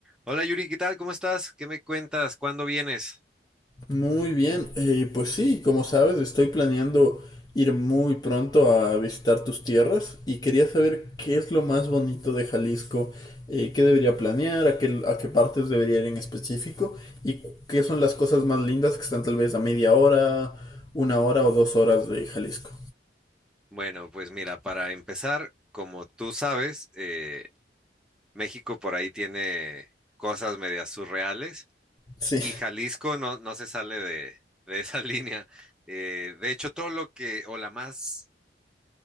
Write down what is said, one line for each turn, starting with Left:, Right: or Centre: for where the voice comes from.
Centre: Hola Yuri, ¿qué tal? ¿Cómo estás? ¿Qué me cuentas? ¿Cuándo vienes?
Left: Muy bien, eh, pues sí, como sabes, estoy planeando ir muy pronto a visitar tus tierras y quería saber qué es lo más bonito de Jalisco, eh, qué debería planear, a qué, a qué partes debería ir en específico y qué son las cosas más lindas que están tal vez a media hora, una hora o dos horas de Jalisco.
Centre: Bueno, pues mira, para empezar, como tú sabes, eh, México por ahí tiene cosas medias surreales
Left: Sí,
Centre: y Jalisco no, no se sale de, de esa <laughs> línea. Eh, de hecho, todo lo que, o la más